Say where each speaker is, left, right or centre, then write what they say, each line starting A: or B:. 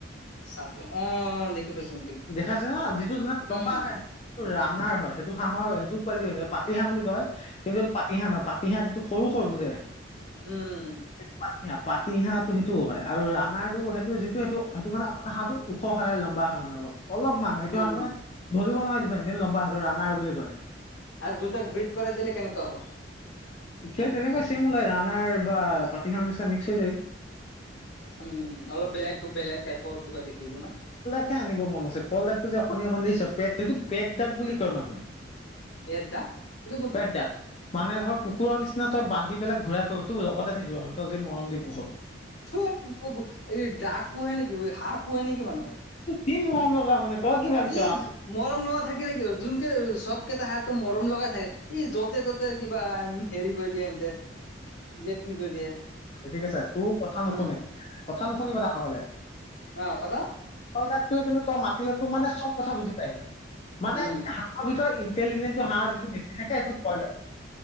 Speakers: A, on the left; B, on the left.
A: চাপ অহ, দেখি পাইছো দেখি পাইছো
B: দেখাইছে ন যিটো লম্বা
A: উম
B: হয়টো ৰানাৰ হয় সেইটো হাঁহৰ সেইটো পোৱালি হৈ যে পাতি হাঁহ বুলি কয় কিন্তু পাতি হাঁহ নহয় পাতি হাঁহ যিটো সৰু-সৰু যে
A: উম,
B: পাতি হাঁহ-পাতি হাঁহ সেইটো-সেইটোও হয় আৰু ৰানাৰ টো সেইটো যিটো সেইটো সেইটো মানে হহটো ওখ খ হয়ে লম্বা হয় মানে অল-অলপ মানুহ সেইটো
A: উম
B: হহটো মানে ধৰিব নোৱাৰে দিফ লম্বা হয় আৰু ৰাণাৰ বুলি কয়।
A: আৰু দুটাক ব্ৰিড কৰাই দিলে কেনেকা হ'ব
B: সেই তেনেকুৱা ছেম ওলাই ৰানাৰ বা পাতি হাঁহ নিচিনা মিক্স হৈ যায়।
A: উম, অলপ বেলেগ-বেলেগ টাইপৰ কিবা দেখিব ন।
B: কে আনিব মন আছে কল দাগটো যে অকণি অকণ দি পেট সেইটো পেট দাগ বুলি কয় মানুহে।
A: পেট দা এইটো কোনতো?
B: পেকদাক মানে ধৰ কুকুৰৰ নিচিনা তই বান্ধি পেলাই ঘূৰাই ফুৰতো, লগতে থাকিব মানে তই যি মৰম দি পোহ।
A: থুঁ এই বোৰ দাগ পোহে নেকি হাঁহ পোহে নেকি মানুহে?
B: কি মৰম লগা মানে তই কি ভাবিছ
A: ই
B: চা
A: মৰম লগা থাকিলে কিয় যোনকে চব কেইটা হাহঁ মৰম লগাই থাকে ই য'তে ত'তে তাতে কিবা হেৰি কৰি দিয়ে এন্ত লেট্ৰিন কৰি দিয়ে।
B: একে-একে চাই তোৰ কথা নুশুনে
A: উম
B: কথা নুশুনিবা ডাঙৰ হলে।
A: অ পাতা
B: তল দাকটোৱে কিন্তু তই মাতিলে তো মানে চব কথা বুজি পাই সি। মানে
A: উম
B: হাঁহৰ ভিতৰত ইণ্টেলিজেন্টো হাঁহ যিটো বেছি থাকে সেইটো কয়লাৰ।